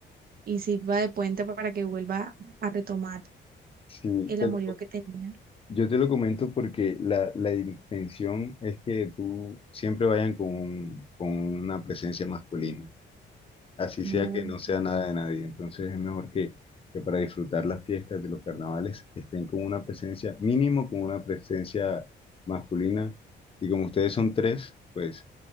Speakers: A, on the right; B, on the left.
A: y, y sirva de puente para que vuelva a retomar
B: Sí,
A: el
B: te
A: amorío
B: lo co-
A: que tenían.
B: yo te lo comento porque la, la intención es que tú siempre vayan con, un- con una presencia masculina, así
A: Ok.
B: sea que no sea nada de nadie. Entonces es mejor que, que para disfrutar las fiestas de los carnavales estén con una presencia, mínimo con una presencia masculina. Y como ustedes son tres, pues